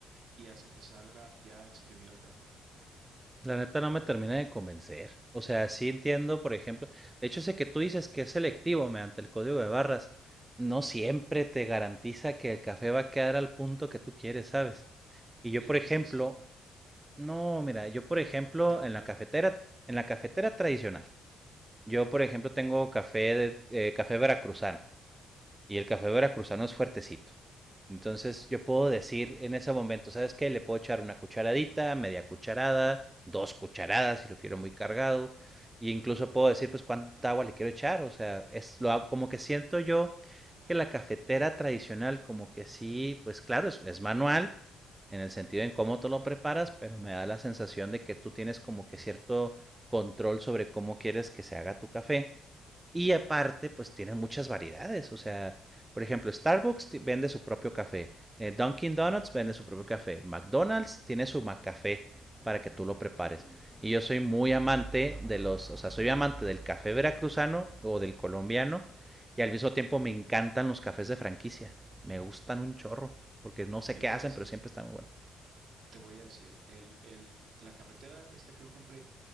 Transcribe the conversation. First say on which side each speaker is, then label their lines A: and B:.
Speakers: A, on the right; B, on the right.
A: y hace que salga ya exprimido el café.
B: La neta no me termina de convencer. O sea, sí entiendo, por ejemplo, de hecho ese que tú dices que es selectivo mediante el código de barras, no siempre te garantiza que el café va a quedar al punto que tú quieres, ¿sabes? Y yo,
A: En
B: por ejemplo,
A: esta sí,
B: no, mira, yo por ejemplo,
A: de verdad.
B: en la cafetera, en la cafetera tradicional, Yo, por ejemplo, tengo café, de, eh, café veracruzano y el café veracruzano es fuertecito. Entonces yo puedo decir en ese momento, ¿sabes qué? Le puedo echar una cucharadita, media cucharada, dos cucharadas si lo quiero muy cargado. Y incluso puedo decir, pues, cuánta agua le quiero echar. O sea, es lo, hago- como que siento yo que la cafetera tradicional, como que sí, pues claro, es, es manual en el sentido en cómo tú lo preparas, pero me da la sensación de que tú tienes como que cierto control sobre cómo quieres que se haga tu café. Y aparte, pues tienen muchas variedades. O sea, por ejemplo, Starbucks vende su propio café. eh, Dunkin' Donuts vende su propio café. McDonald's tiene su café para que tú lo prepares. Y yo soy muy amante de los, o sea, soy amante del café veracruzano o del colombiano. Y al mismo tiempo me encantan los cafés de franquicia. Me gustan un chorro. Porque no sé
A: Yo
B: qué
A: te
B: hacen,
A: voy a decir,
B: pero siempre están muy buenos.
A: te voy a decir, el, el, la cafetera esta que yo compré